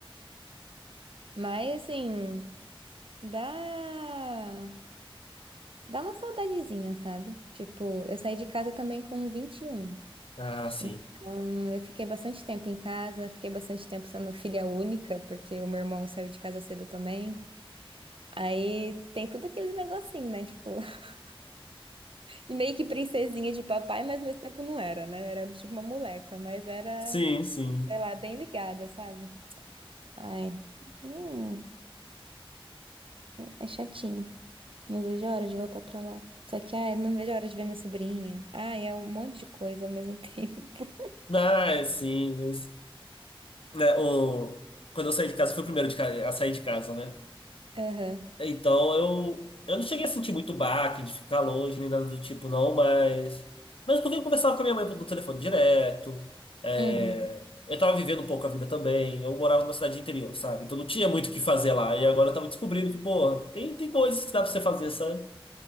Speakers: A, on the right; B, on the left.
A: Mas assim, dá dá uma saudadezinha, sabe? Tipo, eu saí de casa também com vinte e um
B: Ah, sim.
A: Então, eu fiquei bastante tempo em casa, fiquei bastante tempo sendo filha única, porque o meu irmão saiu de casa cedo também. Aí tem tudo aqueles negocinho, né? Tipo, <laughs> e meio que princesinha de papai, mas ao mesmo tempo não era, né? Era tipo uma moleca, mas era,
B: Sim, sim.
A: sei lá, bem ligada, sabe? Ai, hum, é, é chatinho. Não vejo a hora de voltar pra lá. Só que, ai, não vejo a hora de ver minha sobrinha. Ai, é um monte de coisa ao mesmo <laughs> tempo.
B: Ah, é sim. mas- né, o, quando eu saí de casa, fui o primeiro de ca- a sair de casa, né?
A: Aham.
B: Então eu, eu não cheguei a sentir muito baque de ficar longe nem nada do tipo, não, mas. Mas porque eu conversava com a minha mãe no telefone direto. é,
A: Uhum.
B: Eu tava vivendo um pouco a vida também. Eu morava numa cidade de interior, sabe? Então não tinha muito o que fazer lá. E agora eu tava descobrindo que, porra, tem, tem coisas que dá pra você fazer, sabe?